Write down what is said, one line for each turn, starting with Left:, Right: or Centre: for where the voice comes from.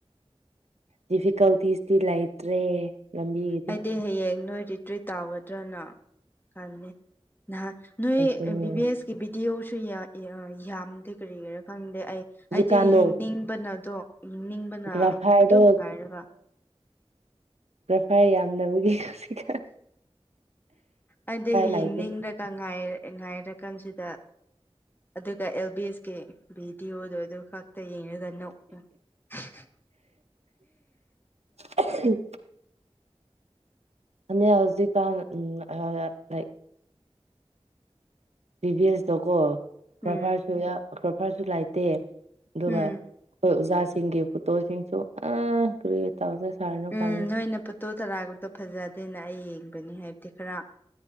Right: ꯗꯤꯐꯤꯀꯜꯇꯤꯁꯇꯤ ꯂꯩꯇ꯭ꯔꯦ ꯂꯝꯕꯤꯒꯤꯗꯤ
Left: ꯑꯩꯗꯤ ꯍꯌꯦꯡ ꯅꯣꯏ ꯔꯤꯇ꯭ꯔꯤꯠ ꯇꯧꯒꯗ꯭ꯔꯅ ꯈꯅꯤ ꯅꯍꯥꯟ ꯅꯣꯏ
Right: ꯀꯩꯁꯨꯅꯦ
Left: ꯕꯤ ꯕꯤ ꯑꯦꯁ ꯀ ꯚꯤꯗꯤꯑꯣꯁꯨ ꯌꯥꯝꯗꯦ ꯀꯔꯤ ꯒꯤꯔꯥ ꯈꯪꯗꯦ ꯑꯩ
Right: ꯍꯧꯖꯤꯛꯀꯥꯟꯗꯣ
Left: ꯑꯩꯗꯤ ꯌꯦꯡꯅꯤꯡꯕꯅꯗꯣ ꯌꯦꯡꯅꯤꯡꯕꯅ
Right: ꯒ꯭ꯔꯥꯐꯥꯏꯔꯗꯣ
Left: ꯑꯗꯨꯝ ꯉꯥꯏꯔꯒ
Right: ꯂꯐꯥꯏ ꯌꯥꯝꯗꯕꯒꯤ ꯍꯧꯖꯤꯛ
Left: ꯑꯩꯗꯤ
Right: ꯂꯩꯇꯦ
Left: ꯌꯦꯡꯅꯤꯡꯗꯒ ꯉꯥꯏꯔꯀꯥꯟꯁꯤꯗ ꯑꯗꯨꯒ ꯑꯦꯜꯕꯤꯁꯀꯤ ꯚꯤꯗꯤꯑꯣꯗꯣ ꯑꯗꯨ ꯈꯛꯇ ꯌꯦꯡꯉ ꯗꯅꯥꯎ ꯍꯥꯍꯥꯍꯥ
Right: ꯑꯍꯝ ꯍꯧꯖꯤꯛ ꯀꯥꯟ ꯎꯝ ꯑ ꯂꯥꯛꯏ ꯕꯤ ꯚꯦꯁꯇꯣꯀꯣ ꯀ꯭ꯔꯐꯔꯁꯨ
Left: ꯎꯝ
Right: ꯀ꯭ꯔꯐꯔꯁꯨ ꯂꯩꯥꯏꯇꯦ ꯑꯗꯨꯒ
Left: ꯎꯝ
Right: ꯑꯩꯈꯣꯏ ꯑꯣꯖꯥꯁꯤꯡꯒꯤ ꯄꯨꯇꯣꯁꯤꯡꯁꯨ ꯑ ꯇꯧꯗ ꯁꯥꯔꯤꯅꯣ
Left: ꯎꯝ
Right: ꯈꯪꯗꯦ
Left: ꯅꯣꯏꯅ ꯄꯣꯇꯣ ꯇꯔꯥꯛꯄꯇꯣ ꯐꯖꯗꯦꯅ ꯑꯩ ꯌꯦꯡꯕꯅꯤ ꯍꯥꯏꯕꯗꯤ ꯈꯔ